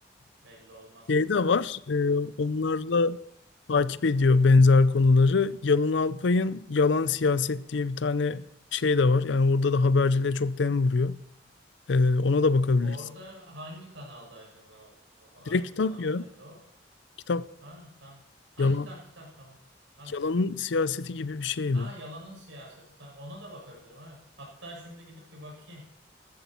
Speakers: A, on the right (about 85°); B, on the left (about 75°).
A: Belli olmaz.
B: Şey de var, e, onlarla takip ediyor benzer konuları. Yalın Alpay'ın Yalan Siyaset diye bir tane şey de var. Yani orada da haberciliğe çok dem vuruyor. E, ona da bakabiliriz.
A: Orada hangi kanalda acaba? o? Hangi
B: Direkt kitap
A: kanaldaydı
B: ya.
A: o?
B: Kitap.
A: Ha tamam. Ha
B: Yalan.
A: kitap kitap tamam. Ha tamam.
B: Yalanın siyaseti gibi bir şeydi.
A: Ha yalanın siyaseti tamam. Ona da bakabilirim evet. Hatta şimdi gidip bir bakayım.